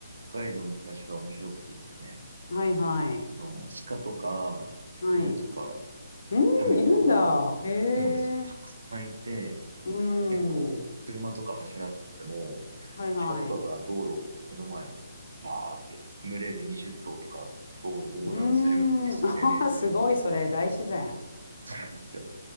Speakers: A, on the right; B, on the left.
A: 北海道の東が面白くてですね、
B: はいはい。
A: あの、鹿とか、狐とか、
B: はい。うん、
A: タヌキとか、
B: いるんだ。へえ。
A: そうなんですよ。たくさんいて、
B: うん。
A: 結構、車とか走らせてても、
B: はいはい。
A: 鹿とかが道路を、目の前を、バーって、群れで20頭とか、道路を横断するような景色が見れたり、
B: うん。<laughs> ああ、すごい、それ。大自然。
A: そうなんですよ。